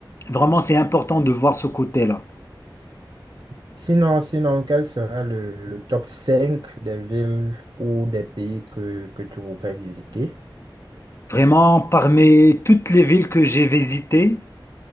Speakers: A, on the left; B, on the right.
A: vraiment c'est important de voir ce côté-là.
B: Sinon, sinon, quel sera le, le top 5 des villes ou des pays que, que tu voudrais visiter?
A: Vraiment, parmi toutes les villes que j'ai visitées,